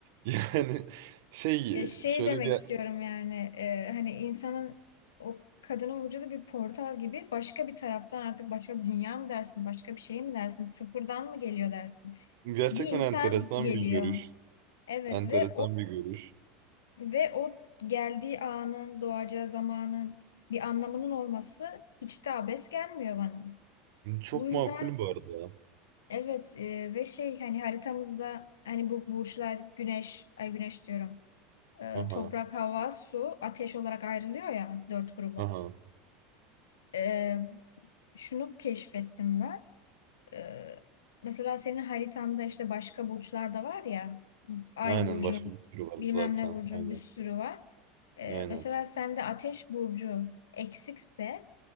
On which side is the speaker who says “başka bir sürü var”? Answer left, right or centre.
Right